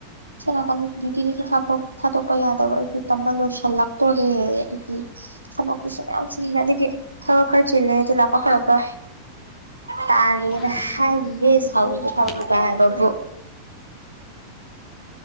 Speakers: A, on the right; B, on the left.
A: ꯆꯂ ꯌꯗꯤꯗꯨꯁꯨ ꯊꯥ ꯊꯥꯇ ꯀꯩ ꯌꯥꯗ ꯑꯣꯏꯔ ꯇ ꯂꯧꯣꯛꯁꯥꯟ ꯂꯥꯛꯇꯣꯔꯒꯦ ꯑꯗꯒꯤ ꯊꯛꯁꯨ ꯃꯌꯥꯝꯁꯤꯅꯗꯒꯤ ꯈꯔ ꯈꯔ ꯆꯦꯜꯂꯦ ꯄꯣꯈꯔꯇ ꯇꯔꯅꯦ
B: ꯇꯥꯒꯦꯅ
A: ꯍꯥꯏꯕꯒꯦ
B: ꯍꯥꯏꯒꯤꯒꯦ
A: ꯁꯥꯎꯒꯦ
B: ꯁꯥꯎ
A: ꯁꯥꯎꯕ ꯍꯥꯏꯕꯕꯨ